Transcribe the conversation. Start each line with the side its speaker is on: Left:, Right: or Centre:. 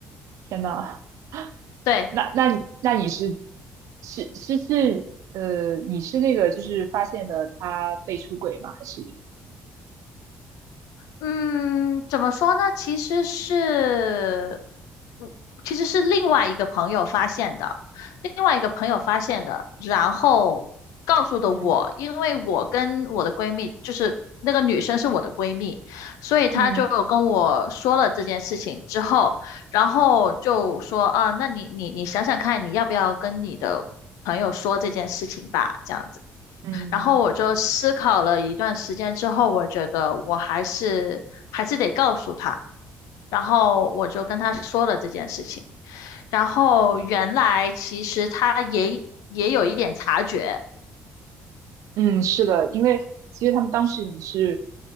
Right: 天呐，
Left: 对，
Right: 那那你那你是是是是呃，你是那个就是发现了她被出轨吗？还是
Left: 嗯，怎么说呢？其实是，嗯其实是另外一个朋友发现的，另外一个朋友发现的，然后告诉的我，
Right: 嗯
Left: 因为我跟我的闺蜜，就是那个女生是我的闺蜜，所以她就跟我说了这件事情之后，
Right: 嗯
Left: 然后就说啊，那你你你想想看，你要不要跟你的朋友说这件事情吧，这样子。
Right: 嗯，
Left: 然后我就思考了一段时间之后，我觉得我还是还是得告诉他，然后我就跟他说了这件事情。然后原来其实他也也有一点察觉，
Right: 嗯，是的，因为其实他们当时人是